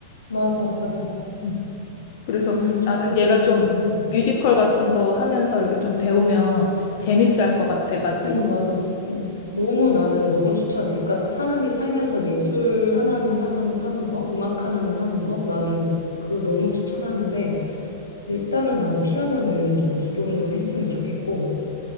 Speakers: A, on the left; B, on the left.
A: 맞아, 맞아.
B: 음. 그래서
A: 음, 엄청
B: 나는
A: 그런
B: 얘가
A: 걸 좋아하는구나.
B: 좀 뮤지컬 같은 거 하면서 이렇게 좀 배우면 재밌어 할 것 같아가지고,
A: 음, 맞아. 음, 너무 나는 너무 추천해. 그러니까 사람이 살면서 예술 하나는 하는, 하는 거, 음악 하나는 하는 거, 나는 그걸 너무 추천하는데, 일단은 나는 피아노는 좀 기본으로 했으면 좋겠고,